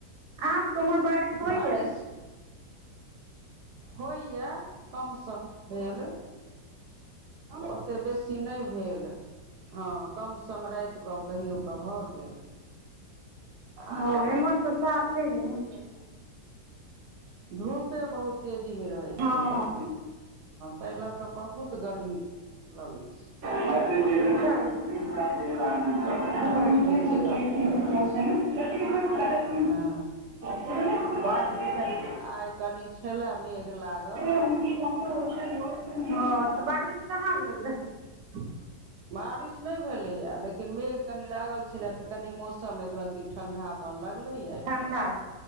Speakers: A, on the right (about 55°); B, on the right (about 70°).
A: आहाँके तऽ उमहर बारिश होईये।
B: बारिश होइए, कम सम भेल, ओते बेसी सी नहि भेल, हँ कम सम रातिकऽ कहियो कऽ भऽ गेल। आरो
A: हँ एमहर तऽ साफे नै होइ छै।
B: धूपे बहुत तेजीमे रहै
A: हँ
B: छै, तऽ
A: हँ
B: ताहि लऽ कऽ बहुत गर्मी लगैत छै।
A: <unintelligible>
B: बहुत
A: <unintelligible>
B: बेसी गर्मी भऽ जाइ छै हँ।
A: बार <unintelligible>
B: आइ कनि छले मेघ लागल।
A: हँ तऽ बारिश कहाँ भेलै।
B: <inaudible> बारिश नहि भेलैए लेकिन मेघ कनि लागल छलै तऽ कनि मौसम एकरत्ती ठण्डा कनि लगलैये एहिठाम।
A: ठण्डा